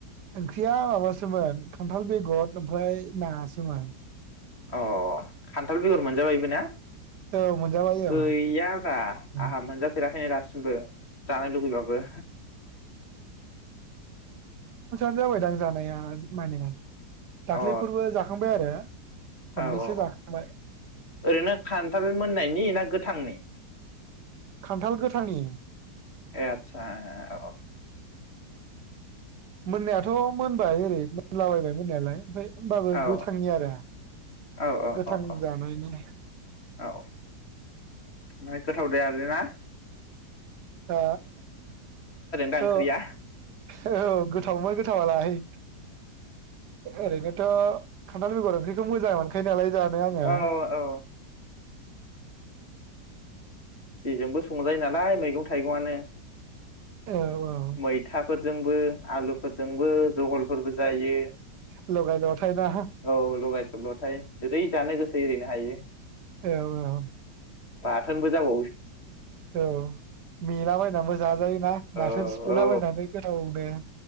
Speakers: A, on the right (about 70°); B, on the left (about 40°).
A: ओंख्रिया माबासोमोन खान्थाल बेगर ओमफ्राय नासोमोन
B: अ खान्थाल बेगर मोनजाबायबो ना
A: औ मोनजाबाय
B: गैया
A: औ
B: बा
A: ओ
B: आंहा मोनजाफेराखैनो दासिमबो जानो लुुबैबाबो
A: नो जाबाय दां जानाया माने दाख्लैफोरबो
B: अ औ
A: जाखांबाय आरो खननैसो
B: औ औ
A: जाखांबाय
B: औ ओरैनो खान्थाल मोननायनि ना गोथांनि
A: खान्थाल गोथांनि
B: ए आदसा औ
A: मोननाया थ' मोनबाय ओरै मोनलाबायबाय मोननायालाय ओमफ्राय होमबाबो
B: औ
A: गोथांनि आरो
B: औ
A: गोथां
B: औ औ
A: जानायनि
B: औ ओमफ्राय गोथाव जायालै ना
A: हो
B: दा
A: औ
B: ओंख्रिया
A: औ गोथावमोन गोथावालाय ओरैनोथ' खान्थाल बेगर ओंख्रिखौ मोजां मोनखायो नालाय जानो आङो
B: औ औ जेजोंबो संजायो नालाय मैगं था थाइगंआनो
A: औ औ
B: मैथाफोर जोंबो आलुफोरजोंबो जहलफोरबो जायो
A: लगाय लथायना
B: औ लगाय लथाय जेरै जानो गोसो एरैनो हायो
A: औ औ
B: बाथोनबो जाबाव
A: औ मेलाबायनानैबो जाजायोना
B: औ
A: बाथोन सिफ्लेलाबायनानै
B: औ
A: गोथाव नो